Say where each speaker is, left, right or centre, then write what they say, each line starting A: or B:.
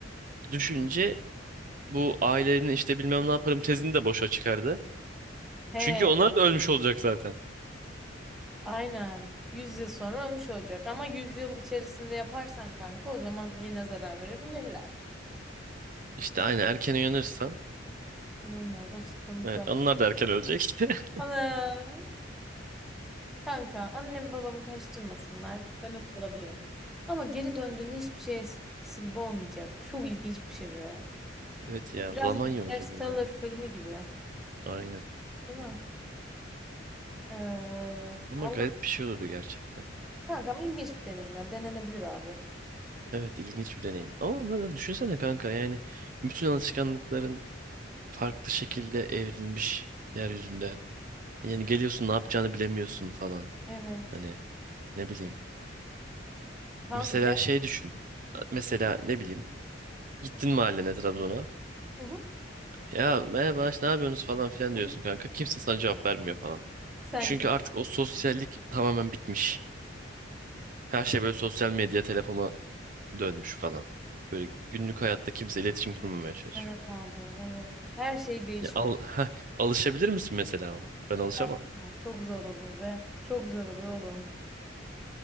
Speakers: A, on the right; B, in the centre.
A: düşünce bu ailenin işte bilmem ne yaparım tezini de boşa çıkardı.
B: He,
A: Çünkü onlar da ölmüş olacak zaten.
B: aynen. 100 yıl sonra ölmüş olacak ama 100 yıl içerisinde yaparsan kanka o zaman yine zarar verebilirler.
A: İşte aynı erken uyanırsam.
B: Aynen o sıkıntı.
A: Evet, onlar da erken ölecek. <laughs>
B: Ana Kanka annem babamı karıştırmasınlar. Ben okuyor olabilirim. Ama geri döndüğünde hiçbir şey eskisi gibi olmayacak. Bu Çok ilginç bir şey be.
A: Evet ya
B: Biraz
A: zaman
B: Interstellar
A: yolculuğu gibi.
B: filmi gibi.
A: Aynen.
B: Değil mi? Ee,
A: Ama
B: vallahi
A: garip bir şey olurdu gerçekten.
B: kanka ama ilginç bir deneyim ya. Denenebilir abi.
A: Evet ilginç bir deneyim. Ama neden düşünsene kanka yani bütün alışkanlıkların farklı şekilde evrilmiş yeryüzünde. Yani geliyorsun ne yapacağını bilemiyorsun falan.
B: Evet.
A: Hani ne bileyim.
B: Kanka
A: Mesela
B: gel.
A: şey düşün. Mesela ne bileyim. Gittin mahallene Trabzon'a.
B: Hı hı.
A: Ya merhaba işte ne yapıyorsunuz falan filan
B: <laughs>
A: diyorsun kanka. Kimse sana cevap vermiyor falan.
B: Sen
A: Çünkü
B: kim?
A: artık o sosyallik tamamen bitmiş. Her şey böyle sosyal medya, telefona dönmüş falan. Böyle günlük hayatta kimse iletişim kurmamaya çalışıyor.
B: Evet abi, evet. Her şey değişmiş.
A: Ya al, <laughs> heh, alışabilir misin mesela ona? Ben alışamam.
B: Kanka, çok zor olur be. Çok zor olur oğlum.